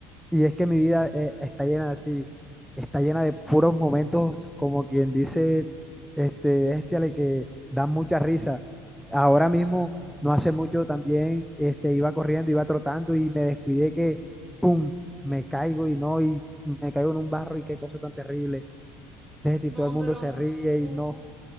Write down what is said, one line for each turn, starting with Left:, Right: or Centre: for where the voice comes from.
Centre: Y es que mi vida eh, está llena así, está llena de puros momentos, como quien dice, este, le que dan mucha risa. Ahora mismo, no hace mucho también, este, iba corriendo, iba trotando y me descuidé que, pum, me caigo y no, y me caigo en un barro y qué cosa tan terrible. Bestia,
Right: no,
Centre: Y todo el mundo
Right: pero,
Centre: se ríe
Right: uy,
Centre: y no.